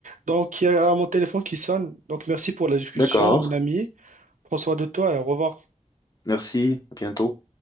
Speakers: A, on the right (about 85°); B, on the left (about 30°).
A: Donc, il y a mon téléphone qui sonne. Donc, merci pour la discussion,
B: D'accord.
A: mon ami. Prends soin de toi et au revoir.
B: Merci. À bientôt.